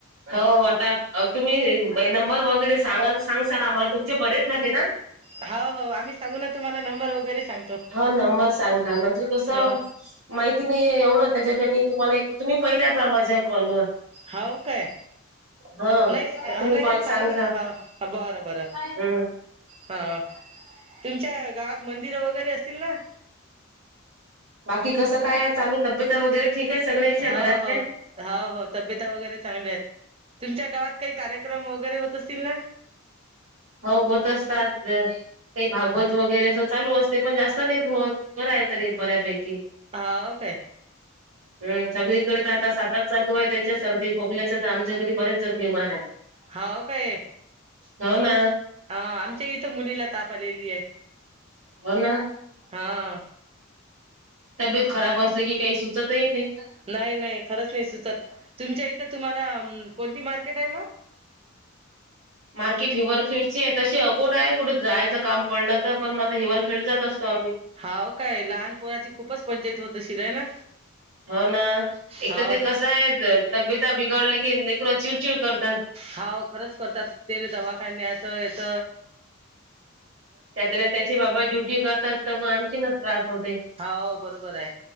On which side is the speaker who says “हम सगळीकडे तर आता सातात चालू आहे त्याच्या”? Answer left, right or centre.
Right